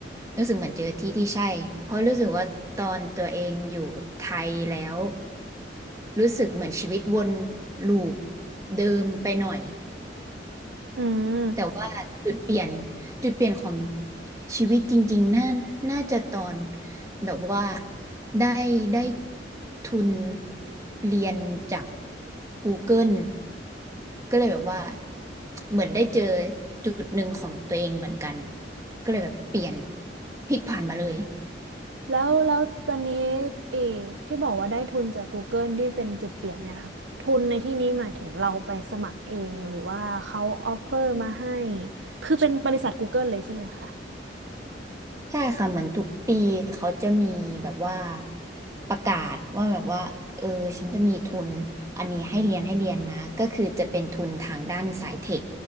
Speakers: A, on the right (about 20°); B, on the right (about 85°).
A: รู้สึกเหมือนเจอที่ที่ใช่เพราะรู้สึกว่าตอนตัวเองอยู่ไทยแล้วรู้สึกเหมือนชีวิตวนลูปเดิมไปหน่อย
B: อืม
A: แต่ว่าจุดเปลี่ยนจุดเปลี่ยนของชีวิตจริงๆ น่าน่าจะตอนแบบว่าได้ได้ทุนเรียนจาก Google ก็เลยแบบว่าเหมือนได้เจอจุดหนึ่งของตัวเองเหมือนกันก็เลยแบบเปลี่ยนพลิกผันมาเลย
B: แล้วแล้วตอนนี้เออที่บอกว่าได้ทุนจาก Google ที่เป็นจุดเปลี่ยนเนี่ยค่ะทุนในที่นี้หมายถึงเราไปสมัครเองหรือว่าเขาออฟเฟอร์มาให้คือเป็นบริษัท Google เลยใช่ไหมคะ
A: ใช่ค่ะเหมือนทุกปีเขาจะมีแบบว่าประกาศว่าแบบว่าเออฉันจะมีทุนอันนี้ให้เรียนให้เรียนนะก็คือจะเป็นทุนทางด้านสายเทค